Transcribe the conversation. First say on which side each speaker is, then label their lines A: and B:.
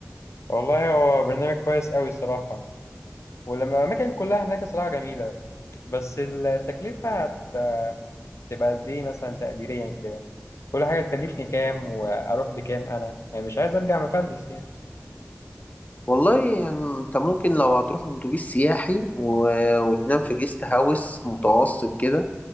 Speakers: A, on the left; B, on the left.
A: والله هو برنامج كويس قوي صراحه ولما الاماكن كلها هناك صراحه جميله بس التكلفه هت... هتبقى قد ايه مثلا تقديريا كده كل حاجه تكلفني كام واروح بكام انا يعني مش عايز ارجع مفلس يعني
B: والله يعني انت ممكن لو هتروح بأتوبيس سياحي و... وتنام في جيست هاوس متوسط كده